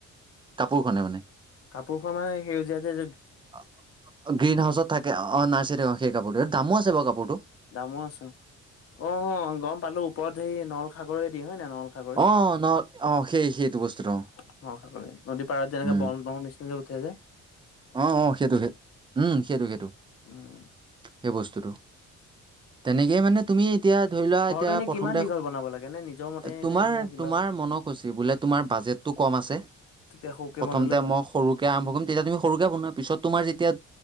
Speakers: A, on the right; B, on the left.
A: কাপোৰখনে মানে
B: কাপোৰ খন মানে সেউজীয়াতে
A: অ', গ্ৰীণ হাউচত থাকে অ নাৰ্চিত সেই কাপোৰটো দামো আছে বাৰু কাপোৰটো
B: দামো আছো অ', ম পালো ওপৰত হেৰি নলসাগৰিদি হয় ন নলসাগৰি
A: অ ন অ সেই সেইটো বস্তুটো অ
B: শা কৰি নদী পাৰাত যেনেকে
A: উম
B: বন ব নিচ নিজে উঠেছোয় <unintelligible>
A: অ', সেইটো সেই উম সেইটো সেইটো
B: উম,
A: সেই বস্তুটো তেনেকে মানে তুমি এতিয়া ধৰি লোৱা
B: ঘৰটো
A: এতিয়া
B: এনে
A: প্ৰথমতে
B: কিমান দীঘল বনাব লাগে নে নিজৰ মতে
A: তোমাৰ
B: নে নে কিবা
A: তোমাৰ মনক কৈছি বলে তোমাৰ বাজেট টো কম আছে
B: তেতিয়া সৰুকে
A: প্ৰথমতে
B: বনালেও হয়
A: মই সৰু কে আৰম্ভ কৰিম তেতিয়া তুমি সৰু কেই শুনা পিছত তোমাৰ যেতিয়া